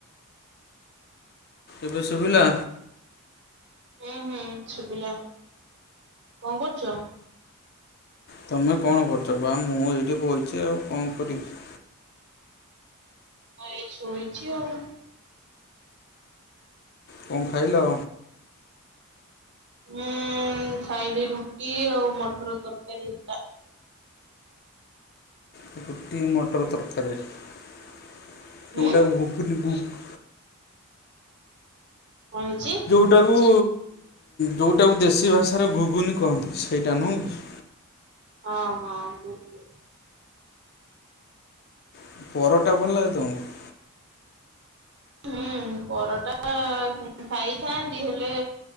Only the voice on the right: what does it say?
ହୁଁ-ହୁଁ ଶୁବିଲା। କଣ କରୁଚ?
ମୁଁ ଏଇ ଶୋଇଛି ଆଉ।
ହଁ ଖାଇଲି ରୁଟି ଆଉ ମଟର ତରକାରୀ।
ହୁଁ
କଣ ହେଇଚି?
ହଁ ହଁ। ଘୁଗୁ
ହୁଁ ପରଟା ଖାଇଥାନ୍ତି ହେଲେ